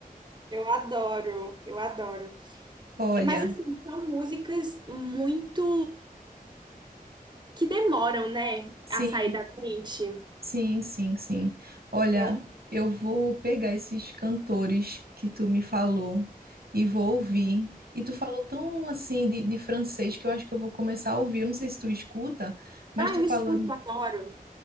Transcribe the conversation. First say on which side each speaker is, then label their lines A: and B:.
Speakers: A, on the right; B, on the right.
A: Eu adoro, eu adoro.
B: Olha,
A: É, Mas assim, são músicas muito que demoram, né,
B: sim,
A: a sair da mente.
B: sim, sim, sim. Olha,
A: Então,
B: eu vou pegar esses cantores que tu me falou e vou ouvir. E tu falou tão assim de, de francês que eu acho que eu vou começar a ouvir. Eu não sei se tu escuta, mas
A: ah,
B: tu
A: eu
B: falou.
A: escuto, adoro.